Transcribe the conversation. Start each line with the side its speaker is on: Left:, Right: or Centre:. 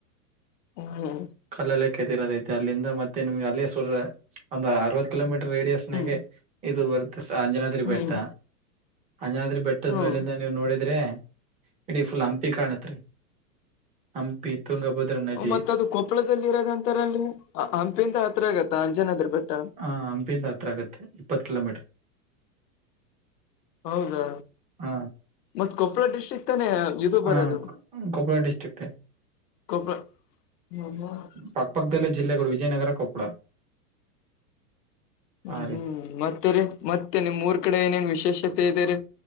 Left: ಹ್ಮ್ಮ
Right: ಕಲ್ಲಲ್ಲಿ ಕತ್ತಿರೋದೈಐತೆ ಅಲ್ಲಿಂದ ಮತ್ತೆ ನಿಮ್ಗೆ ಅಲ್ಲೇ ಸುರ ಒಂದ್ ಅರವತ್ತು ಕಿಲೋಮೀಟರ್ ರೇಡಿಯಸ್
Left: ಹ್ಮ್
Right: ಇದು ಬರುತ್ತ ಅಂಜನಾದ್ರಿ ಬೆಟ್ಟ
Left: ಹ್ಮ್
Right: ಅಂಜನಾದ್ರಿ ಬೆಟ್ ದ
Left: ಹ್ಮ್
Right: ಮೇಲಿಂದ ನೀವು ನೋಡಿದ್ರೆ ಇಡೀ ಫುಲ್ ಹಂಪಿ ಕಾಣತ್ರಿ ಹಂಪಿ ತುಂಗಭದ್ರಾ ನದಿ
Left: ಮತ್ತದ ಅದು ಕೊಪ್ಪಳದಲ್ಲಿ ಇರೋದಂತಾರಲ್ರಿ ಹಂಪಿಂದ ಹತ್ರ ಆಗತ್ತ ಅಂಜನಾದ್ರಿ ಬೆಟ್ಟ.
Right: ಹಾ ಹಂಪಿಯಿಂದ ಹತ್ರ ಆಗತ್ತೆ ಇಪ್ಪತ್ ಕಿಲೋಮೀಟರ್.
Left: ಹೌದಾ
Right: ಹ
Left: ಮತ್ ಕೊಪ್ಪಳ ಡಿಸ್ಟ್ರಿಕ್ ತಾನೇ ಇದು
Right: ಹ
Left: ಬರದು.
Right: ಕೊಪ್ಪಳ ಡಿಸ್ಟ್ರಿಕ್ಟ್.
Left: ಕಪ ಹ <inaudible> <unintelligible>
Right: ಪಕ್ಕ ಪಕ್ಕದಲ್ಲೇ ಜಿಲ್ಲೆಗಳು ವಿಜಯನಗರ ಕೊಪ್ಪಳ.
Left: ಹ್ಮ್,
Right: ಆ
Left: ಹ್ಮ್
Right: ರೀತಿ
Left: ಮತ್ತರಿ ಮತ್ತೆ ನಿಮ್ಮೂರ್ ಕಡೆ ಏನೇನ್ ವಿಶೇಷತೆ ಇದೆೇರಿ.